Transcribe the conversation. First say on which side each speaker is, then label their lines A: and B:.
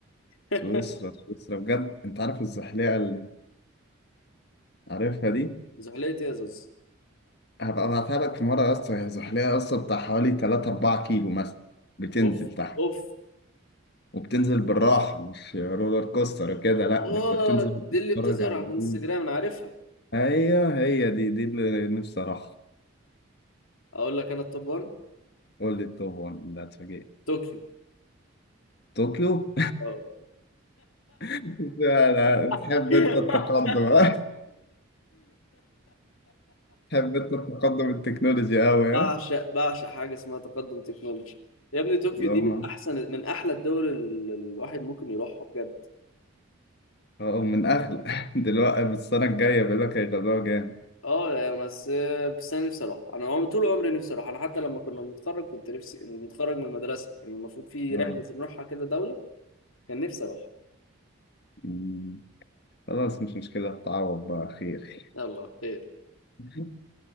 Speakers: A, on the left; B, on the left.
A: <laughs>
B: سويسرا سويسرا بجد انت عارف الزحليقه اللي عارفها دي
A: زحلية يا زوز
B: هبقى ابعتها لك في مره يا اسطى هي زحليقه يا اسطى بتاع حوالي 3 4 كيلو مثلا بتنزل
A: اوف
B: تحت
A: اوف
B: وبتنزل بالراحه مش رولر كوستر كده لا
A: اه
B: ده انت بتنزل بتتفرج
A: دي اللي بتظهر
B: على
A: على
B: الجبال
A: الانستجرام انا عارفها
B: هي هي دي دي اللي نفسي اروحها
A: اقول لك انا التوب 1
B: قول لي التوب ده اتفاجئت
A: طوكيو
B: طوكيو
A: آه.
B: <laughs> لا لا، تحب
A: <laughs>
B: انت التقدم ها؟ تحب انت التقدم التكنولوجي قوي
A: بعشق
B: ها
A: بعشق حاجه اسمها تقدم تكنولوجي يا ابني طوكيو
B: اللي
A: دي
B: هم
A: من احسن من احلى الدول ال- الواحد ممكن يروحها بجد
B: اه من اغلى <laughs> دلوقتي بس السنه الجايه بيقول لك هيغلوها جامد
A: اه يا بس بس انا نفسي اروح انا عم- طول عمري نفسي اروح انا حتى لما كنا بنتخرج كنت نفسي نتخرج من المدرسه يعني المفروض في
B: اه
A: رحله نروحها كده دوله كان نفسي اروح
B: مم. خلاص مش مشكلة تعوض بقى خير
A: يلا خير
B: <laughs>